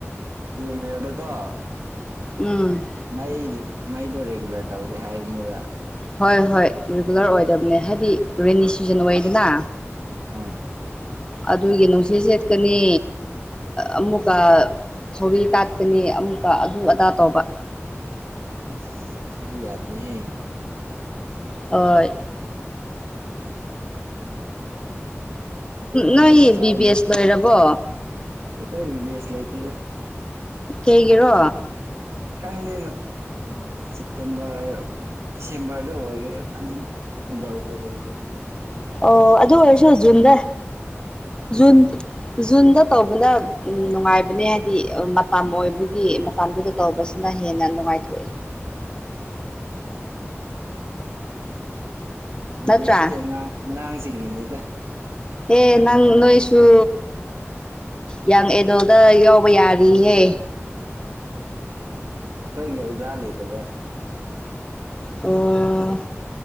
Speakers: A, on the right; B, on the left.
A: ꯇꯤ ꯑꯦꯝ ꯑꯦꯜꯗꯀꯣ
B: ꯎꯝ
A: ꯃꯩ ꯃꯩꯗꯣ ꯔꯤꯒꯨꯂꯔ ꯇꯧꯗꯦ ꯍꯥꯏꯕꯅꯤꯕ
B: ꯍꯣꯏ ꯍꯣꯏ ꯔꯤꯒꯨꯂꯔ ꯑꯣꯏꯗꯕꯅꯦ ꯍꯥꯏꯗꯤ ꯔꯦꯅꯤ ꯁꯤꯖꯟ ꯑꯣꯏꯗꯅ
A: ꯑꯥ
B: ꯑꯗꯨꯒꯤ ꯅꯨꯡꯁꯤꯠ ꯁꯦꯠꯀꯅꯤ ꯑꯃꯨꯛꯀ ꯊꯧꯔꯤ ꯇꯥꯠꯀꯅꯤ ꯑꯃꯨꯛꯀ ꯑꯗꯨ ꯑꯗꯥ ꯇꯧꯕ
A: ꯑ ꯁꯤꯗꯤ ꯌꯥꯗꯃ ꯍ
B: ꯍꯣꯏ
A: ꯑꯩꯈꯣꯏꯗꯤ
B: ꯅꯣꯏ
A: ꯀꯩꯁꯨ ꯀꯥꯏꯗꯦ
B: ꯕꯤ ꯕꯤ ꯑꯦꯁ ꯂꯣꯏꯔꯕꯣ
A: ꯑꯩꯈꯣꯏ ꯕꯦꯁ ꯂꯩꯇꯦꯗ
B: ꯀꯩꯒꯤꯔꯣ
A: ꯈꯪꯗꯦ ꯁꯦꯞꯇꯦꯝꯕꯔ ꯗꯤꯁꯦꯝꯕꯔ ꯂ ꯑꯣꯏꯒꯦꯔ ꯈꯪꯒꯦ ꯁꯦꯞꯇꯦꯝꯕꯔ ꯑꯣꯛꯇꯣꯕꯔ ꯂ
B: ꯑꯣ ꯑꯗꯨ ꯑꯣꯏꯔꯁꯨꯖꯨꯟꯗ ꯖꯨꯟ ꯖꯨꯟꯗ ꯇꯧꯕꯅ ꯅꯨꯡꯉꯥꯏꯕꯅꯦ ꯍꯥꯏꯗꯤ ꯃꯇꯝꯝ ꯑꯣꯏꯕꯒꯤ ꯃꯇꯗꯨꯗ ꯇꯧꯕꯁꯤꯅ ꯍꯦꯟꯅ ꯅꯨꯡꯉꯥꯏꯊꯣꯛꯏꯦ
A: ꯕꯤ
B: ꯅꯠꯇ꯭ꯔꯥ
A: ꯚꯦꯁꯇꯤ ꯑꯉꯥꯡ ꯑꯉꯥꯡꯁꯤꯡꯒꯤꯅꯦꯗ
B: ꯑꯦ ꯅꯪ ꯅꯣꯏꯁꯨ ꯌꯥꯡ ꯑꯦꯗꯣꯗ ꯌꯥꯎꯕ ꯌꯥꯔꯤꯍꯦ
A: ꯑꯩꯈꯣꯏꯒꯤ ꯑꯣꯖꯥ ꯂꯩꯇꯕ
B: ꯑꯣ